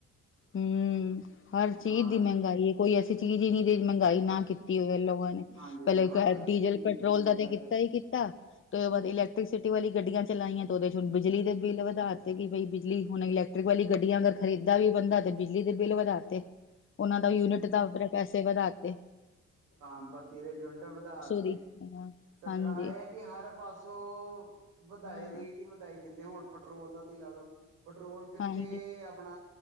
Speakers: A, on the left (about 40°); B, on the right (about 85°).
A: ਹਮ ਹਰ ਚੀਜ਼
B: ਹਾਂ
A: ਦੀ ਮਹਿੰਗਾਈ ਹੈ ਕੋਈ ਐਸੀ ਚੀਜ਼ ਹੀ ਨਹੀਂ ਦੇ ਮਹਿੰਗਾਈ ਨਾ ਕੀਤੀ ਹੋਵੇ ਲੋਕਾਂ ਨੇ।
B: ਹਾਂਜੀ
A: ਪਹਿਲ
B: ਹਰ ਇੱਕ
A: ਡੀਜ਼ਲ
B: ਚੀਜ਼
A: ਪੈਟਰੋਲ
B: ਦੀ ਮਹਿੰਗਾਈ
A: ਦਾ ਤੇ ਕੀਤਾ ਹੀ ਕੀਤਾ। ਤੇ ਉਹ ਬਾਅਦ ਇਲੈਕਟ੍ਰੀਸਿਟੀ ਵਾਲੀ ਗੱਡੀਆਂ ਚਲਾਈਆਂ ਤੇ ਉਹਦੇ ਚ ਹੁ ਬਿਜਲੀ ਦੇ ਬਿੱਲ ਵਧਾ ਦਿੱਤੇ ਕਿ ਬਈ ਬਿਜਲੀ ਹੁਣ ਇਲੈਕ ਵਾਲੀ ਗੱਡੀਆਂ ਅਗਰ ਖਰੀਦਾ ਵੀ ਬੰਦਾ। ਬਿਜਲੀ ਦੇ ਬਿੱਲ ਵਧਾਤੇ ਉਹਨਾਂ ਦਾ ਯੂਨਿਟ ਤਾਂ ਉ ਪੈਸੇ ਵਧਾਤੇ
B: ਹਬਤੀਰੇ ਯੂਨਿਟ ਵਧਾ ਤੇ।
A: ਦੀ ਹਾਂ,
B: ਸਰਕਾਰ
A: ਹਾਂਜੀ
B: ਇਹ ਹੈ ਕਿ ਹਰ ਪਾਸੋਂ ਵਧਾਏ
A: ਹਾਂ
B: ਰੇਟ ਹੀ ਵਧਾਈ ਜਾਂਦੇ ਹੁਣ ਪੈਟਰੋਲ ਦਾ ਤੇ ਲਾ ਲਓ ਪੈਟਰੋਲ ਕਿੱਥੇ।
A: ਹਾਂਜੀ
B: ਆਪਣਾ